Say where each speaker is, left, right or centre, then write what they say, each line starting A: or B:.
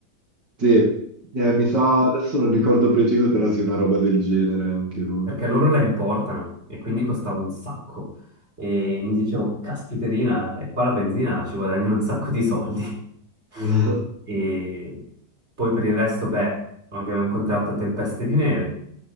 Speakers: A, on the right (about 80°); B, on the right (about 40°).
A: sì. Eh,
B: Mm.
A: mi sa, adesso non ricordo preciso, però sì, una roba del genere anche noi.
B: perché loro la importano e quindi costava un sacco. E mi dicevo, caspiterina, e qua la benzina ci guadagnano un sacco di soldi. <laughs>
A: <laughs>
B: E poi per il resto, beh, abbiamo incontrato tempeste di neve,